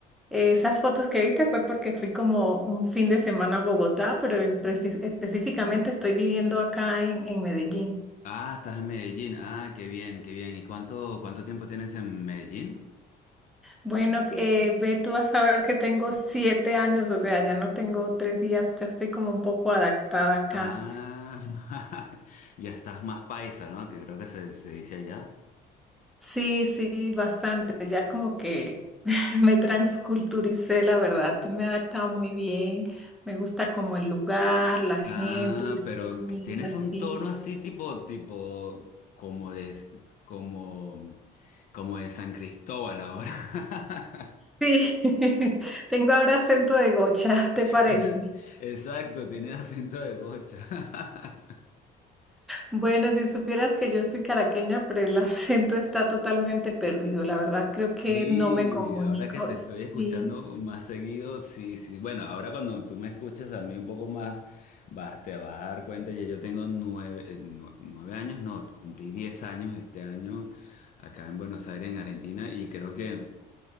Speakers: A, in the centre; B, on the left.
A: Eh, Esas fotos que viste fue porque fui como un fin de semana a Bogotá, pero en preci- específicamente estoy viviendo acá en, en Medellín.
B: Ah, estás en Medellín, ah, qué bien, qué bien. ¿Y cuánto, cuánto tiempo tienes en Medellín?
A: Bueno, eh, ve tú a saber que tengo siete años, o sea, ya no tengo tres días, ya estoy como un poco adaptada acá.
B: Ah, <laughs> ya estás más paisa, ¿no? Que creo que se, se dice allá.
A: Sí, sí, bastante, ya como que <laughs> me transculturicé, la verdad, me he adaptado muy bien, me gusta como el lugar, la gente,
B: Ah,
A: la
B: pero
A: comida,
B: que tienes un
A: sí.
B: tono así tipo, tipo, como de, como, como de San Cristóbal ahora. <laughs>
A: Sí, <laughs> tengo ahora acento de gocha, ¿te parece?
B: Es- Exacto, tienes acento de gocha. <laughs>
A: Bueno, si supieras que yo soy caraqueña, pero el <laughs> acento está totalmente perdido. La verdad, creo que
B: Sí,
A: no me comunico.
B: ahora que te estoy escuchando
A: Sí.
B: más seguido, sí, sí. Bueno, ahora cuando tú me escuches a mí un poco más, vas, te vas a dar cuenta, ya yo tengo nueve, eh, nue- nueve años, no, cumplí diez años este año acá en Buenos Aires, en Argentina, y creo que...